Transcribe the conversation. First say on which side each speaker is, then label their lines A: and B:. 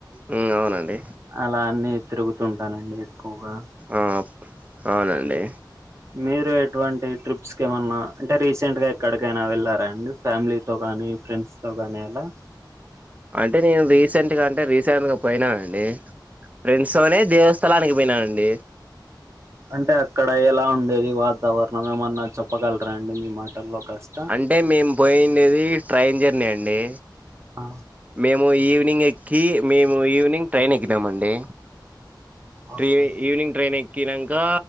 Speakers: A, on the right (about 20°); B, on the right (about 35°).
A: మ్మ్ అవునండి
B: అలా అన్నీ తిరుగుతుంటానండి ఎక్కువగా
A: ఆ అవునండి
B: మీరు ఎటువంటి ట్రిప్స్ కేమన్నా అంటే రీసెంట్ గా ఎక్కడికైనా వెళ్ళారా అండి ఫ్యామిలీ తో గాని ఫ్రెండ్స్ తో గాని అలా
A: అంటే నేను రీసెంట్గా అంటే రీసెంట్గా పోయినానండి ఫ్రెండ్స్ తోనే దేవస్థలానికి పోయినానండి
B: అంటే అక్కడ ఎలా ఉండేది వాతావరణం ఏమన్నా చెప్పగలరా అండి మీ మాటల్లో కాస్త
A: అంటే మేము పోయిండేది ట్రైన్ జర్నీ అండి
B: ఆ
A: మేము ఈవినింగ్ ఎక్కి మేము ఈవినింగ్ ట్రైన్ ఎక్కినామండి ట్రీ
B: ఓకే
A: ఈవినింగ్ ట్రైన్ ఎక్కినంకా